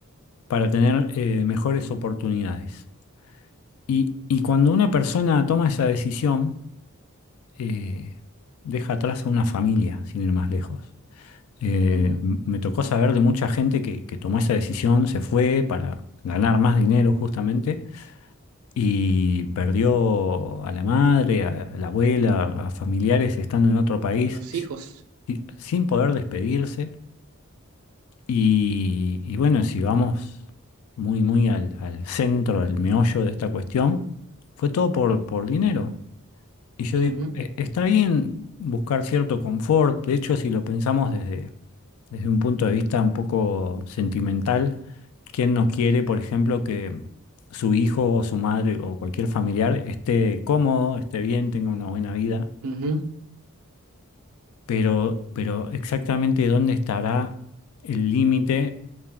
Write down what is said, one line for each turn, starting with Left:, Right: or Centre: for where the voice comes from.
Left: para tener eh, mejores oportunidades. Y, y cuando una persona toma esa decisión, eh, deja atrás a una familia, sin ir más lejos. Eh,
Right: ujú.
Left: m- me tocó saber de mucha gente que, que tomó esa decisión, se fue para ganar más dinero justamente, y perdió a la madre, a, a la abuela, a familiares estando en otro país
Right: Los hijos.
Left: si- sin poder despedirse. Y, y bueno, si vamos muy, muy al, al centro, al meollo de esta cuestión, fue todo por, por dinero. Y yo
Right: Ujú,
Left: digo, e- está bien buscar cierto confort, de hecho, si lo pensamos desde desde un punto de vista un poco sentimental, ¿quién no quiere, por ejemplo, que su hijo o su madre o cualquier familiar esté cómodo, esté bien, tenga una buena vida?
Right: ujú.
Left: Pero, pero exactamente dónde estará el límite